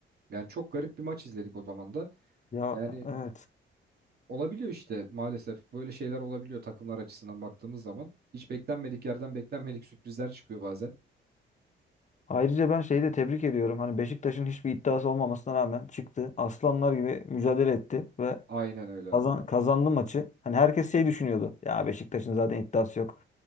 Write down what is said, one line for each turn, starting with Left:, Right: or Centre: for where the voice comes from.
Right: Yani çok garip bir maç izledik o zaman da.
Left: Ya
Right: Yani
Left: evet.
Right: olabiliyor işte maalesef böyle şeyler olabiliyor takımlar açısından baktığımız zaman. Hiç beklenmedik yerden beklenmedik sürprizler çıkıyor bazen.
Left: Ayrıca ben şeyi de tebrik ediyorum. Hani Beşiktaş'ın hiçbir iddiası olmamasına rağmen çıktı. Aslanlar gibi mücadele etti ve
Right: Aynen öyle.
Left: kazan, kazandı maçı. Hani herkes şey düşünüyordu. Ya Beşiktaş'ın zaten iddiası yok.